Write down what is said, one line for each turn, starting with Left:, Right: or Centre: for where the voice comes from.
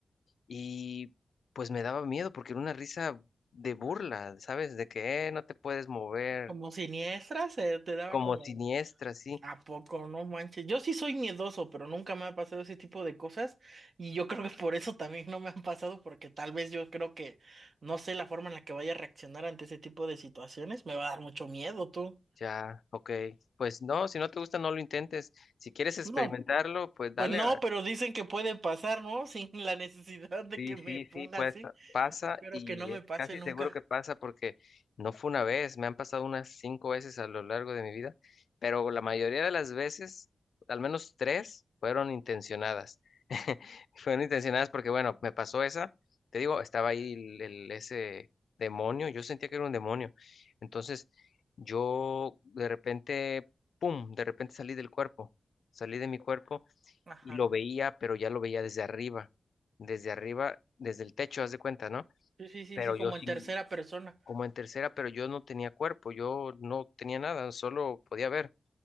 Left: Y pues me daba miedo porque era una risa de burla, ¿sabes? De que eh, no te puedes mover,
Right: como siniestras, se te daba
Left: como
Right: como
Left: siniestra, sí.
Right: ¿A poco? No manches. Yo sí soy miedoso, pero nunca me ha pasado ese tipo de cosas. Y yo creo que por eso también no me han pasado, porque tal vez yo creo que no sé la forma en la que vaya a reaccionar ante ese tipo de situaciones. Me va a dar mucho miedo, tú.
Left: Ya, ok. Pues no, si no te gusta, no lo intentes. Si quieres experimentarlo,
Right: No,
Left: pues dale.
Right: pues no, pero dicen que puede pasar, ¿no? <laughs> Sin la necesidad de
Left: Sí,
Right: que me
Left: sí,
Right: ponga
Left: sí, pues
Right: así.
Left: pasa
Right: Espero
Left: y
Right: que no me
Left: es
Right: pase
Left: casi
Right: nunca.
Left: seguro que pasa porque no fue una vez, me han pasado unas cinco veces a lo largo de mi vida, pero la mayoría de las veces, al menos tres, fueron intencionadas. <laughs> Fueron intencionadas porque, bueno, me pasó esa, te digo, estaba ahí el, el- ese demonio, yo sentía que era un demonio. Entonces, yo de repente, ¡pum!, de repente salí del cuerpo, salí de mi cuerpo
Right: Ajá.
Left: y lo veía, pero ya lo veía desde arriba, desde arriba, desde el techo, haz de cuenta, ¿no?
Right: Sí, sí, sí,
Left: Pero
Right: sí, como
Left: yo sin,
Right: en tercera persona.
Left: como en tercera, pero yo no tenía cuerpo, yo no tenía nada, solo podía ver.